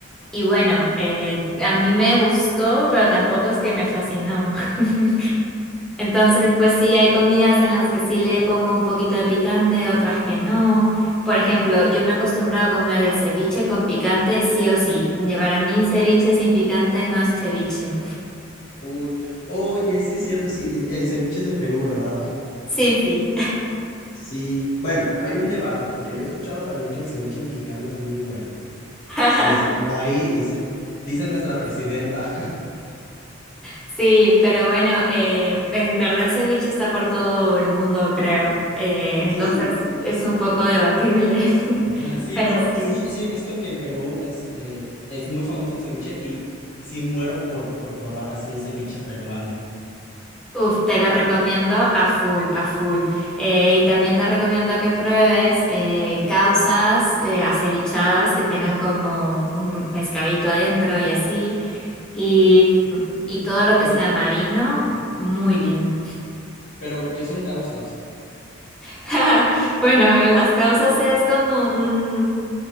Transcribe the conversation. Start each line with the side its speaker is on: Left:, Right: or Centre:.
Centre: Y bueno, eh, a mí me gustó, pero tampoco es que me fascinó. <laughs> Entonces, pues sí, hay comidas en las que sí le pongo un poquito de picante, otras que no. Por ejemplo, yo me he acostumbrado a comer el ceviche con picante, sí o sí. Para mí, ceviche sin picante no es ceviche.
Left: Uy, oye, sí es cierto, sí, e- el ceviche es de Perú, ¿verdad?
Centre: Sí, sí.
Left: Sí, bueno, hay un debate porque yo he escuchado también que el ceviche mexicano es muy bueno.
Centre: <laughs>
Left: Dicen por ahí, dicen, dice nuestra presidenta. <laughs>
Centre: Sí, pero bueno, eh, en verdad el ceviche está por todo el mundo, creo. Eh, entonces,
Left: Sí, no, es, es-
Centre: es un poco debatible. <laughs>
Left: <laughs> sí,
Centre: Pero
Left: pero sí,
Centre: sí.
Left: sí he visto que en Perú, este, es muy famoso el ceviche y sí muero por, por probar así un ceviche peruano.
Centre: Uf, te lo recomiendo a full, a full. Eh, y también te recomiendo que pruebes eh, causas eh, acevichadas que tengan como un pescadito adentro y así. Y,
Left: Uy, ujú.
Centre: y todo lo
Left: Pero,
Centre: que sea marino, muy bien.
Left: pero, ¿qué son causas?
Centre: <laughs> Bueno, las causas es como un...